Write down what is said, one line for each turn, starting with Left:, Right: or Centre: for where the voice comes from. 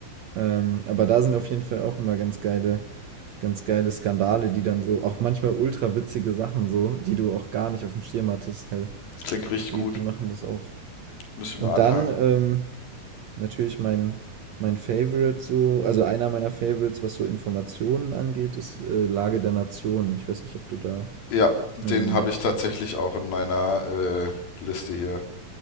Right: Ähm, aber da sind auf jeden Fall auch immer ganz geile, ganz geile Skandale, die dann so, auch manchmal ultra witzige Sachen so, die du auch gar nicht auf dem Schirm hattest, halt.
Left: Klingt richtig
Right: Die,
Left: gut.
Right: die machen das auch.
Left: Muss ich
Right: Und
Left: mir anhören.
Right: dann, ähm, Natürlich mein, mein Favorite so, also einer meiner Favorites, was so Informationen angeht, ist äh, Lage der Nation. Ich weiß nicht, ob du da
Left: Ja,
Right: ähm,
Left: den habe ich tatsächlich auch in meiner äh, Liste hier.